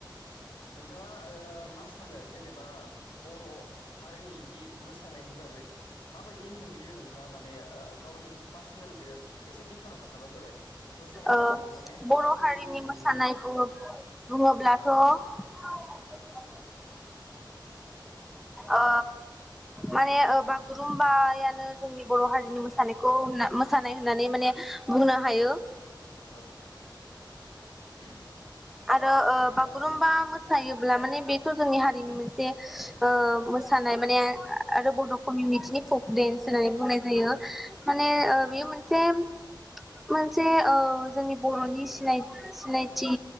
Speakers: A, on the left (about 85°); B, in the centre.
A: नोंथाङा ओ मा सानो जेनेबा बर' हारिनि इदि मोसानायनि बागै माबायदि नुयो नोंथाङा माने ओ गावनि पार्सनेलदो एसे बेखेवना खोन्थाबानो जाबाय। मोसानायफोरखौ
B: ओ
A: माने
B: बर'
A: माबायदि
B: हारिनि
A: नुयो
B: मोसानाय
A: आरो
B: बुङो बुङोब्लाथ'
A: अ
B: <inaudible> ओ माने ओ बागुरुमबायानो जोंनि बर' हारिनि मोसानायखौ
A: औ
B: सानाय होननानै माने बुंनो हायो।
A: औ <inaudible>
B: आरो ओ
A: नोंथाङा
B: बागुरुम्बा
A: औ
B: मोसायो ब्ला माने बेथ' जोंनि हारिनि मोनसे ओ
A: औ
B: मोसानाय माने आरो बड' कमिनिक्सनि फक डेन्स होनानै बुंनाय जायो।
A: औ
B: माने
A: औ
B: ओ बेयो मोनसे मोनसे ओ जोंनि बर'नि सिनाय सिनायथि